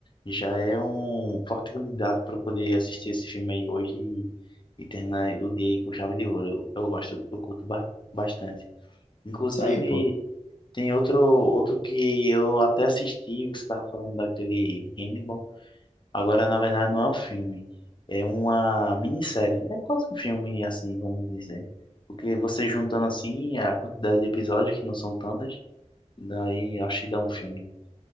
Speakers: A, on the left; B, on the left.
A: já é um forte candidato para eu poder assistir esse filme aí hoje e, e terminar o dia aí com chave de ouro. Eu, eu gosto, eu curto ba- bastante. Inclusive.
B: Isso aí, pô.
A: Tem outro, outro que eu até assisti, você estava falando daquele Hannibal. Agora, na verdade, não é um filme, é uma minissérie. É quase um filme, assim, vamos dizer. Porque você juntando assim a quantidade de episódios, que não são tantas, daí acho que dá um filme.